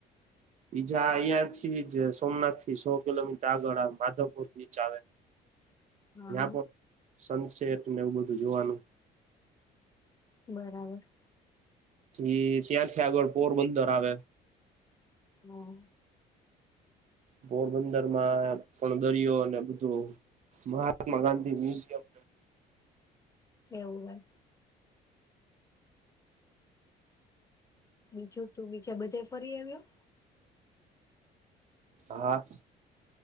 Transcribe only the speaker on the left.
હા
હા
બરાબર.
હાં.
એવું એમ. બીજું તું બીચે બધે ફરી આવ્યો.